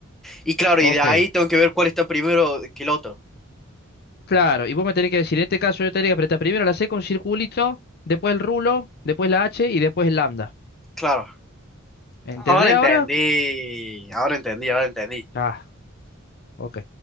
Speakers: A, in the centre; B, on the left.
A: Y claro,
B: Ok.
A: y de ahí tengo que ver cuál está primero que el otro.
B: Claro, y vos me tenés que decir, en este caso yo tenía que apretar primero la C con circulito, después el rulo, después la H y después el lambda.
A: Claro.
B: ¿Entendés
A: Ahora entendí.
B: ahora?
A: Ahora entendí, ahora entendí.
B: Ah, ok.